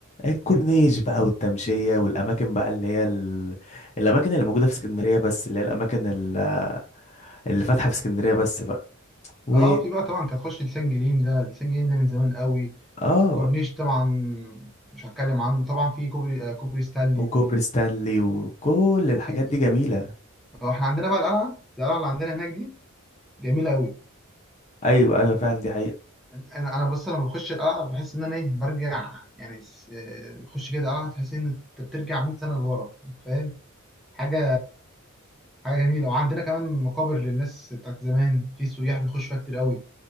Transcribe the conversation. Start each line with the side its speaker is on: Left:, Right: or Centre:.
Left: الكورنيش بقى والتمشيه والاماكن بقى اللي هي ال... الاماكن اللي موجوده في اسكندريه بس اللي هي الاماكن ال- اللي فاتحه في اسكندريه بس بقى و
Centre: اه في بقى طبعا انت هتخش لسان جليم ده لسان جليم ده من زمان قوي
Left: اه
Centre: الكورنيش طبعا مش هتكلم عنه طبعا في كوبري آه كوبري ستانلي
Left: وكوبري ستانلي وكل الحاجات
Centre: وفي
Left: دي جميله
Centre: آه، احنا عندنا بقى القلعه القلعه اللي عندنا هناك دي جميله قوي
Left: ايوه ايوه فعلا دي حقيقه
Centre: انا انا بس لما بخش القلعه بحس ان انا ايه برجع يعني س- آه، بخش كده القلعه تحس ان انت بترجع 100 سنه لورا انت فاهم حاجه حاجه جميله وعندنا كمان مقابر للناس بتاعت زمان في سياح بيخشوا فيها كتير قوي